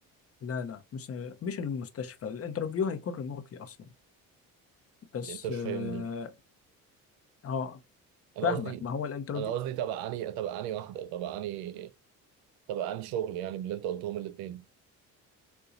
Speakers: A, on the left (about 40°); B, on the right (about 90°).
A: لا لا مش مش المستشفى الانترفيو هيكون ريموتلي اصلا بس
B: انت مش
A: اه
B: فاهمني
A: آه،
B: انا
A: فاهمك
B: قصدي
A: ما هو الانترفيو
B: انا قصدي تبع اني تبع اني واحده تبع اني تبع اني شغل يعني باللي انت قلتهم الاثنين